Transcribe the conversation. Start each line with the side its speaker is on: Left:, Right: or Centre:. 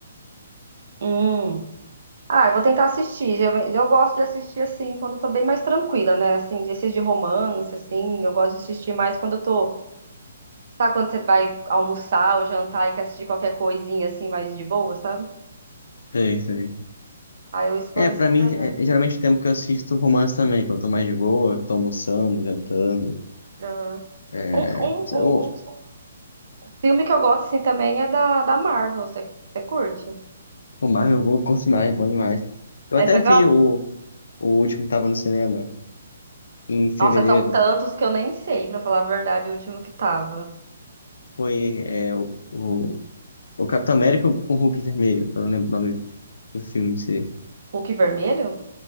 Right: Hum. Ah, eu vou tentar assistir. Já- Eu gosto de assistir, assim, quando eu tô bem mais tranquila, né? Assim, desses de romance, assim. Eu gosto de assistir mais quando eu tô. Sabe quando você vai almoçar ou jantar e quer assistir qualquer coisinha, assim, mais de boa, sabe?
Left: É isso
Right: Aí eu escolho
Left: É, pra
Right: esse
Left: mim,
Right: daí.
Left: é, é geralmente o tempo que eu assisto romance também, quando eu tô mais de boa, tô almoçando, jantando.
Right: Aham.
Left: É,
Right: Um, um, um,
Left: eu,
Right: um filme que eu gosto, assim, também é da, da Marvel. Você, você curte?
Left: tomar, eu vou, curto mais, bom demais. Eu
Right: Essa
Left: até vi o, o último que tava no cinema, em fevereiro.
Right: Nossa, são tantos que eu nem sei, pra falar a verdade, o último que tava.
Left: Foi é, o, o, o Capitão América com o Hulk Vermelho, eu não lembro o nome do filme em si.
Right: Hulk vermelho?